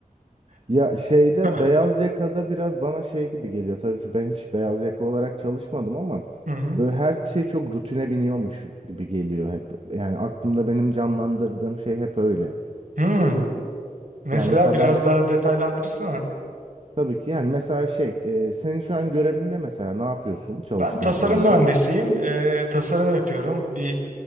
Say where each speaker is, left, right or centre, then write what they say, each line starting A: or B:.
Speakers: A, on the right (about 45°); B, on the right (about 65°).
A: Ya şeyde
B: <laughs>
A: beyaz yakada biraz bana şey gibi geliyor. Tabii ki ben hiç beyaz yaka olarak çalışmadım ama
B: Hı hı.
A: böyle her şey çok rutine biniyormuş gibi geliyor hep. Yani aklımda benim canlandırdığım şey hep öyle.
B: Hmm. Mesela
A: Yani mesela
B: biraz
A: ben
B: daha detaylandırırsana.
A: tabii ki yani mesela şey e, senin şu an görevin ne mesela ne yapıyorsun çalıştığın
B: Ben tasarım
A: firmada?
B: mühendisiyim. Eee, tasarım yapıyorum. Bir